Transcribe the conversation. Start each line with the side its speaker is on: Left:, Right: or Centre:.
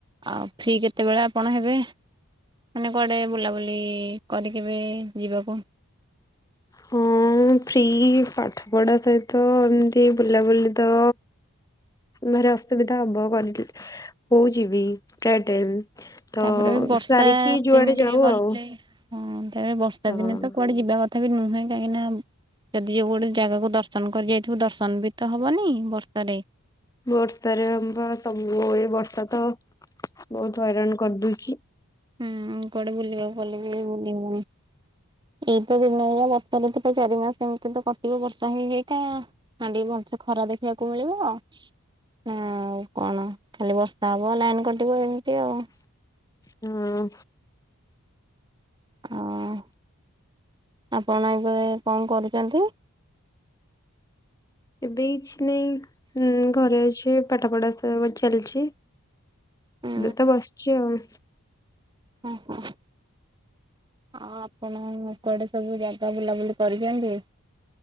Right: ଆଉ ଫ୍ରି କେତେବେଳେ ଆପଣ ହେବେ? ମାନେ କୁଆଡ଼େ ବୁଲାବୁଲି କରିକି ବି ଯିବାକୁ।
Left: ହୁଁ ମୁଁ ଫ୍ରି ପାଠପଢ଼ା ସହିତ ଏମିତି ବୁଲାବୁଲି ତ ଘରେ ଅସୁବିଧା ହବ, ହଉଛିି ବି ପ୍ରାୟ ଟାଇମ୍। ତ,
Right: ତାପରେ ବି ବର୍ଷା
Left: ସାରିକି
Right: ଦିନେ
Left: ଯୁଆଡ଼େ
Right: ଟିକେ
Left: ଯାଉ
Right: ଗଲେ
Left: ଆଉ।
Right: ହଁ, ତାପରେ ବର୍ଷା
Left: ହଁ।
Right: ଦିନେ ତ କୁଆଡ଼େ ଯିବା କଥା ବି ନୁହେଁ କାହିଁକିନା ଯଦି ଯୋଉ ଗୋଟେ ଜାଗାକୁ ଦର୍ଶନ କରି ଯାଇଥିବୁ, ଦର୍ଶନ ବି ତ ହବନି ବର୍ଷା ରେ
Left: ବର୍ଷାରେ ଆ ବା ସବୁ ଏ ବର୍ଷା ତ ବହୁତ ହଇରାଣ କରିଦଉଛି।
Right: ହୁଁ, କୁଆଡେ ବୁଲିବାକୁ ଗଲେ ବି ବୁଲି ହଉନି। ଏଇ ତ ଦିନ ଏଇ ବର୍ଷା ଋତୁ ତ ଚାରି ମାସ ଏମିତି ତ କଟିବ ବର୍ଷା ହେଇ ହେଇକା। ନା ଟିକେ ଭଲସେ ଖରା ଦେଖିବାକୁ ମିଳିବ ନା ଆଉ କଣ ଖାଲି ବର୍ଷା ହବ, ଲାଇନ କଟିବ ଏମିତି ଆଉ।
Left: ହଁ।
Right: ହଁ, ଆପଣ ଏବେ କଣ କରୁଛନ୍ତି?
Left: ଏବେ କିଛି ନାହିଁ ଘରେ ଅଛି, ପାଠପଢା ସବୁ ଚାଲିଛି।
Right: ଉଁ
Left: ଏବେ ତ ବସିଛି ଆଉ।
Right: ହୁଁ, ହୁଁ। ଆଉ ଆପଣ ମାନେ କୁଆଡ଼େ ସବୁ ଜାଗା ବୁଲାବୁଲି କରିଛନ୍ତି?